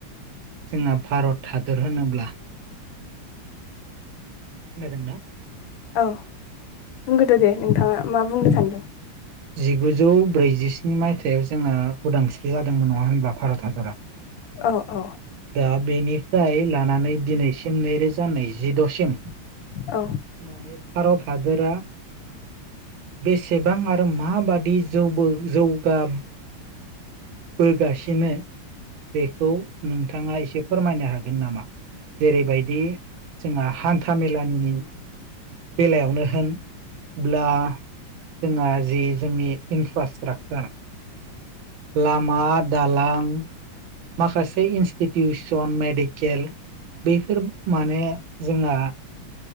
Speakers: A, on the right (about 80°); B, on the left (about 75°).
A: जोंहा भारत हादर होनोब्ला। खोनादोंना।
B: औ बुंग्रोदो दे नोंथाङा मा बुंनो सानदों।
A: <inaudible> जिगुजौ ब्रैजिस्नि मायथाइयाव जोङो उदांस्रि जादोंमोन नङा होनब्ला भारत हादरा?
B: अ अ
A: दा बेनिफ्राय लानानै दिनैसिम नैरोजा नैजिद'सिम
B: औ।
A: माने भारत हादोरा बेसेबां आरो माबादि जौबो जौगा बोगासिनो बेखौ नोंथाङा एसे फोरमायनो हागोन नामा? जेरैबायदि जोंहा हान्था मेलानि बेलायावनो होन ब्ला जोंहा जि जोंनि इनफ्रास्ट्राकसार लामा दालां माखासे इन्स्टिटिउसन मेडिकेल बेफोर माने जोंहा